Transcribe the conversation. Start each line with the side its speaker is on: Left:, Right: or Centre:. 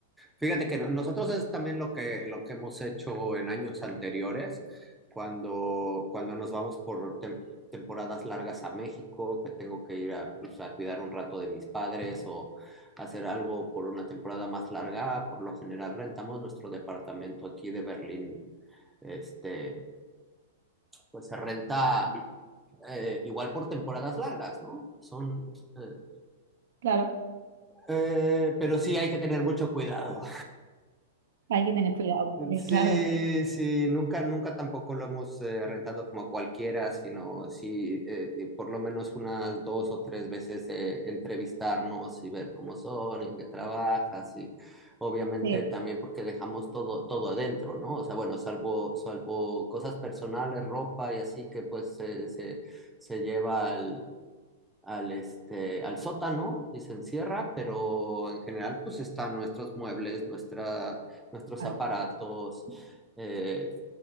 Centre: Fíjate que no- nosotros es también lo que, lo que hemos hecho en años anteriores, cuando, cuando nos vamos por tem- temporadas largas a México, que tengo que ir a, pues, a cuidar un rato de mis padres o hacer algo por una temporada más larga. Por lo general rentamos nuestro departamento aquí de Berlín. Este, pues se renta eh, igual por temporadas largas, ¿no? Son, eh,
Right: Claro,
Centre: eh, pero sí hay que tener mucho cuidado.
Right: hay que tener cuidado porque,
Centre: Sí,
Right: claro,
Centre: sí, nunca, nunca tampoco lo hemos eh, rentado como a cualquiera, sino sí, eh, eh, por lo menos unas dos o tres veces de entrevistarnos y ver cómo son y en qué trabajas y obviamente
Right: sí,
Centre: también porque dejamos todo, todo adentro, ¿no? O sea, bueno, salvo, salvo cosas personales, ropa y así que pues se, se, se lleva al al, este, al sótano y se encierra, pero en general pues están nuestros muebles, nuestra, nuestros
Right: claro.
Centre: aparatos. eh,